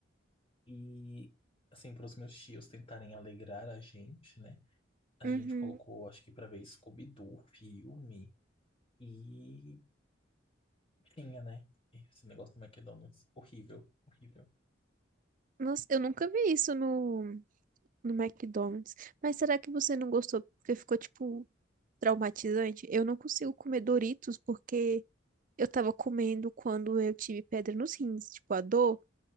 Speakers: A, on the left (about 30°); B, on the right (about 45°).
A: E, assim, para os meus tios tentarem alegrar a gente, né? A
B: Uhum.
A: gente colocou, acho que pra ver Scooby-Doo, filme. E tinha, né? Esse negócio do McDonald's. Horrível, horrível.
B: Nossa, eu nunca vi isso no, no McDonald's. Mas será que você não gostou porque ficou, tipo, traumatizante? Eu não consigo comer Doritos porque eu tava comendo quando eu tive pedra nos rins, tipo, a dor.